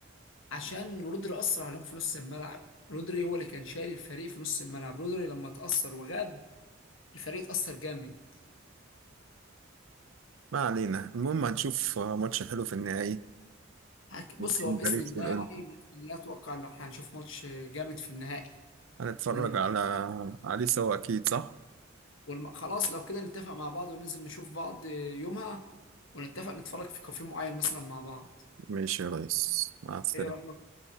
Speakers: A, on the left; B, on the right.
A: عشان رودري اثر عليهم في نص الملعب رودري هو اللي كان شايل الفريق في نص الملعب رودري لما اتاثر وغاب الفريق اتاثر جامد
B: ما علينا المهم هنشوف ماتش حلو في النهائي
A: هك-
B: بين
A: بص هو باذن
B: باريس
A: الله
B: والانتر
A: يعني باذن الله اتوقع ان احنا هنشوف ماتش جامد في النهائي
B: هنتفرج
A: ومن-
B: على عليه سوا اكيد صح
A: والم... خلاص لو كده نتفق مع بعض وننزل نشوف بعض يومها ونتفق نتفرج في كافيه معين مثلا مع بعض
B: ماشي يا ريس مع السلامة
A: ايه رايك